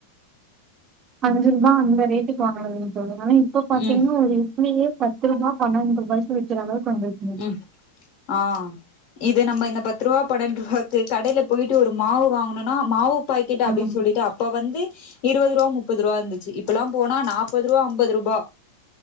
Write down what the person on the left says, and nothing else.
ம்
ம் ஆ இது நம்ம இந்த பத்து ரூவா பன்னெண்ரூவாக்கு கடையில போயிட்டு ஒரு மாவு வாங்குணுன்னா மாவு பாக்கெட் அப்டின்
சொல்லிட்டு அப்ப வந்து இருவது ரூவா முப்பது ரூவா இந்துச்சு இப்பல்லாம் போ னா நாப்பது ரூவா ஐம்பது ரூபா